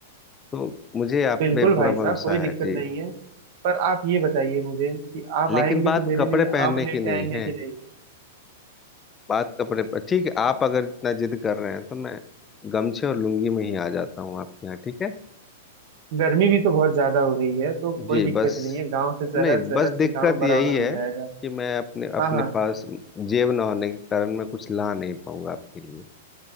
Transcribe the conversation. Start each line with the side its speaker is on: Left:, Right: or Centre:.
Left: तो मुझे आप
Right: बिल्कुल
Left: पे
Right: भाई
Left: पूरा भरोसा
Right: साहब कोई
Left: है
Right: दिक्कत
Left: जी
Right: नहीं है पर आप ये बताइए मुझे कि आप
Left: लेकिन
Right: आएंगे
Left: बात
Right: तो मेरे
Left: कपड़े
Right: लिए
Left: पहनने
Right: आम लेके
Left: की नहीं
Right: आएंगे
Left: है
Right: कि नहीं
Left: बात कपड़े पर ठीक है आप अगर इतना जिद कर रहे हैं तो मैं गमछे और लुंगी में ही आ जाता हूँ आपके यहाँ ठीक है
Right: गर्मी भी तो बहुत ज्यादा हो रही है तो कोई
Left: जी
Right: दिक्कत
Left: बस
Right: नहीं है गांव से शहर
Left: नहीं
Right: शहर
Left: बस
Right: से
Left: दिक्कत
Right: गांव बराबर
Left: यही
Right: हो
Left: है
Right: जाएगा
Left: कि मैं अपने अपने
Right: हाँ हाँ
Left: पास जेब ना होने के कारण मैं कुछ ला नहीं पाऊंगा आपके लिए